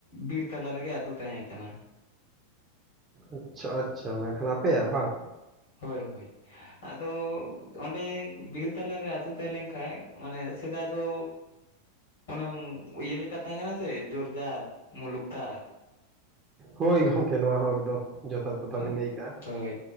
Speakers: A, on the left (about 60°); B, on the right (about 20°).
A: ᱵᱤᱨ ᱛᱟᱞᱟ ᱨᱮᱜᱮ ᱟᱹᱛᱩ ᱛᱟᱦᱮᱸ ᱠᱟᱱᱟ᱾
B: ᱟᱪᱪᱷᱟ ᱟᱪᱪᱷᱟ ᱢᱮᱱᱠᱷᱟᱱ ᱟᱯᱮᱭᱟᱜ ᱵᱟᱝ?
A: ᱦᱳᱭ ᱦᱳᱭ᱾ ᱟᱫᱚ ᱚᱸᱰᱮ ᱵᱤᱨ ᱛᱟᱞᱟᱨᱮ ᱟᱹᱛᱩ ᱛᱟᱦᱮᱸ ᱞᱮᱱ ᱠᱷᱟᱡ ᱢᱟᱱᱮ ᱥᱮᱫᱟᱭ ᱫᱚ ᱚᱱᱮ ᱤᱭᱟᱹ ᱞᱮᱠᱟ ᱛᱟᱦᱮᱸ ᱠᱟᱱᱟ ᱥᱮ ᱡᱳᱨ ᱡᱟᱨ ᱢᱩᱞᱩᱠ ᱛᱟᱨ᱾
B: ᱦᱳᱭ ᱜᱚᱝᱠᱮ ᱱᱚᱣᱟ ᱦᱚᱸ ᱮᱠᱫᱚᱢ ᱡᱚᱛᱷᱟᱛ ᱠᱟᱛᱷᱟ
A: ᱦᱚᱸ
B: ᱵᱤᱱ ᱞᱟᱹᱭ ᱠᱟᱜ-ᱟ᱾
A: ᱦᱳᱭ᱾